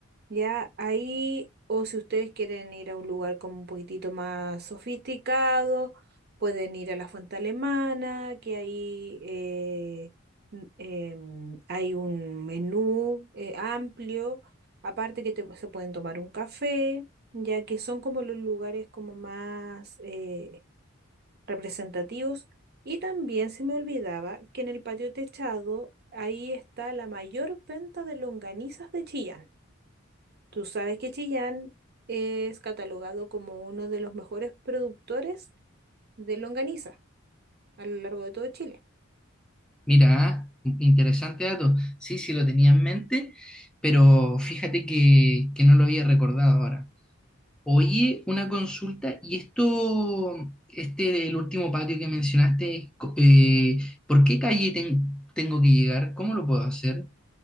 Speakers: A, on the right; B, in the centre.
A: Ya ahí, o si ustedes quieren ir a un lugar como un poquitito más sofisticado, pueden ir a la Fuente Alemana, que ahí eh, n- em, hay un menú eh, amplio, aparte que te- se pueden tomar un café, ya que son como los lugares como más eh, representativos. Y también se me olvidaba que en el patio techado, ahí está la mayor venta de longanizas de Chillán. Tú sabes que Chillán es catalogado como uno de los mejores productores de longaniza a lo largo de todo Chile.
B: Mira, ¿eh? interesante dato. Sí, sí lo tenía en mente, pero fíjate que, que no lo había recordado ahora. Oye, una consulta, y esto, este, el último patio que mencionaste, co- eh, ¿por qué calle ten- tengo que llegar? ¿Cómo lo puedo hacer?